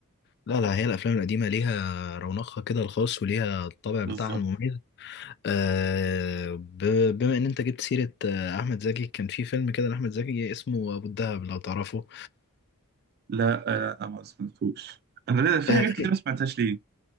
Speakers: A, on the left; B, on the right.
A: لا لا هي الافلام القديمه ليها رونقها كده الخاص وليها الطابع
B: بالظبط
A: بتاعها المميز آه ب- بما ان انت جبت سيره آه، احمد زكي كان في فيلم كده لاحمد زكي اسمه ابو الدهب لو تعرفه
B: لا آه، لا انا ما سمعتوش انا لا- في
A: آه،
B: حاجات كتير
A: في-
B: ما سمعتهاش ليه